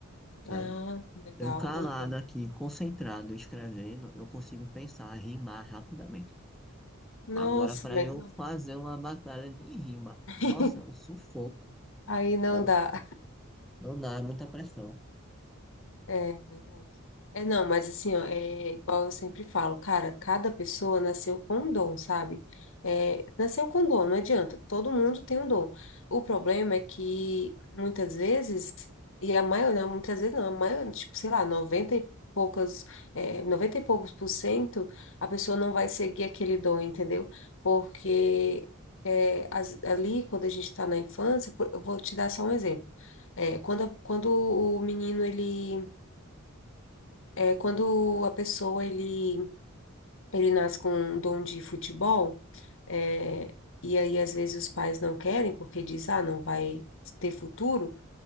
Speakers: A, in the centre; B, on the left (about 65°).
A: sabe?
B: Ah, que legal.
A: Eu calado
B: Uhum.
A: aqui, concentrado, escrevendo, eu consigo pensar, rimar rapidamente.
B: Nossa,
A: Agora, para
B: legal.
A: eu fazer uma batalha de rima,
B: <laughs>
A: nossa, é um sufoco.
B: Aí não
A: É um,
B: dá.
A: su- não dá, é muita pressão.
B: É, verdade. É, não, mas assim, ó, é igual eu sempre falo, cara, cada pessoa nasceu com um dom, sabe? É, nasceu com um dom, não adianta, todo mundo tem um dom. O problema é que muitas vezes, e a maioria, muitas vezes não, a maioria, tipo, sei lá, 90 e poucas, é, 90 e poucos por cento, a pessoa não vai seguir aquele dom, entendeu? Porque é, as- ali, quando a gente está na infância, por- eu vou te dar só um exemplo. É, quando, a- quando o menino, ele é, quando a pessoa ele, ele nasce com um dom de futebol, é, e aí às vezes os pais não querem porque diz, ah, não vai ter futuro,